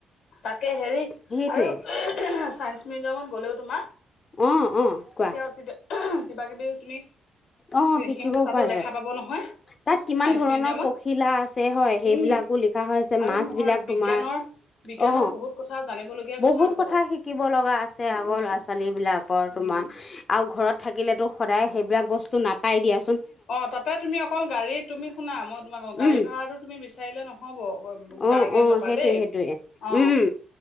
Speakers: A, on the left; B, on the left.
A: তাকে হেৰি
B: সেইটোৱে
A: আৰু। চাইন্স মিউজিয়ামত গ'লেও তোমাৰ।
B: অ অ
A: তেতিয়া
B: কোৱা।
A: কিবা কিবি তুমি।
B: অ শিকিব
A: সিহঁতে তাতো
B: পাৰে
A: দেখা পাব নহয়
B: তাত কিমান
A: চাইন্স
B: ধৰণৰ
A: মিউজিয়ামত
B: পখিলা আছে হয় সেইবিলাকো
A: উম
B: লিখা হৈছে।
A: আৰু
B: মাছ
A: নহয়
B: বিলাক
A: বিজ্ঞানৰ
B: তোমাৰ।
A: বিজ্ঞানৰ
B: অ
A: বহুত কথা জানিবলগীয়া
B: বহুত
A: আছে
B: কথা
A: তাত
B: শিকিব লগা আছে
A: উম
B: আগৰ
A: উম
B: ল'ৰা ছোৱালী বিলাকৰ তোমাৰ
A: উম
B: আউ ঘৰত। থাকিলেতো সদায় সেইবিলাক বস্তু। ত নাপাই দিয়া।
A: অ তাতে তুমি অকল গাড়ী তুমি শুনা মই। গাড়ী
B: উম
A: ভাড়াটো তুমি বিচাৰিলে নহব
B: অ
A: গাৰগেণ্ডৰ
B: অ
A: পৰা
B: সেইটোয়ে
A: দেই
B: সেইটোয়ে
A: অ
B: উম